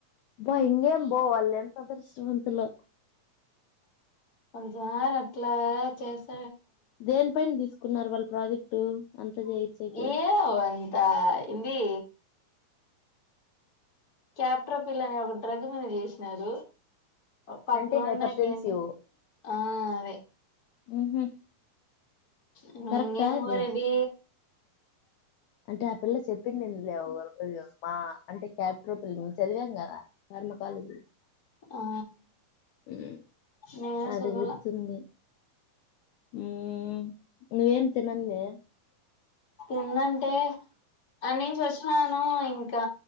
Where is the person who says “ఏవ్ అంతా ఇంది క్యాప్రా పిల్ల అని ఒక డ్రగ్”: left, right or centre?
Left